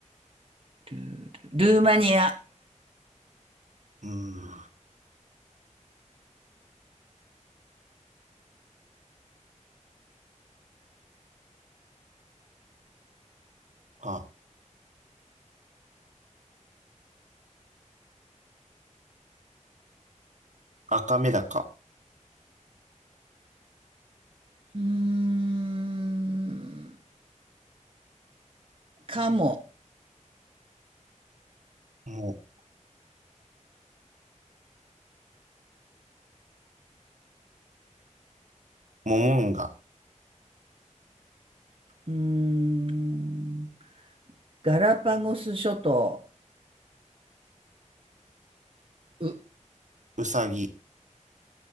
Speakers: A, on the right (about 45°); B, on the right (about 65°).
A: ルー、ルルーマニア、
B: うーん、あ、赤メダカ、
A: うーん。カモ、
B: もう、モモンガ、
A: うーん。ガラパゴス諸島、う、
B: ウサギ、